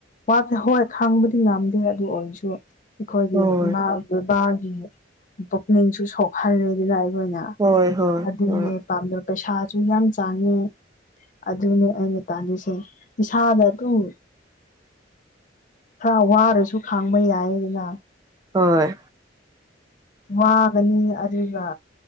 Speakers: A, on the left; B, on the right.
A: ꯋꯥꯕꯁ‌ꯦ ꯍꯣꯏ ꯈꯥꯡꯕꯗꯤ ꯉꯝꯗꯦ ꯑꯗꯨ ꯑꯣꯏꯔꯁꯨ ꯑꯩꯈꯣꯏꯒꯤ
B: ꯍꯣꯏ
A: ꯏꯃꯥ ꯕꯦꯕꯥꯒꯤ ꯄꯨꯛꯅꯤꯡꯁꯨ ꯁꯣꯛꯍꯜꯂꯦꯗꯨꯅ ꯑꯩꯈꯣꯏꯅ
B: ꯍꯣꯏ ꯍꯣꯏ
A: ꯑꯗꯨꯅꯦ
B: ꯍꯣꯏ
A: ꯄꯥꯝꯅꯕ ꯄꯩꯁꯥꯁꯨ ꯌꯥꯝ ꯆꯥꯡꯉꯤ ꯑꯗꯨꯅꯦ ꯑꯩꯅ ꯇꯥꯜꯂꯤꯁꯦ ꯏꯁꯥꯗ ꯑꯗꯨꯝ ꯈꯔ ꯋꯥꯔꯁꯨ ꯈꯥꯡꯕ ꯌꯥꯏ ꯑꯗꯨꯅ
B: ꯍꯣꯏ
A: ꯋꯥꯒꯅꯤ ꯑꯗꯨꯒ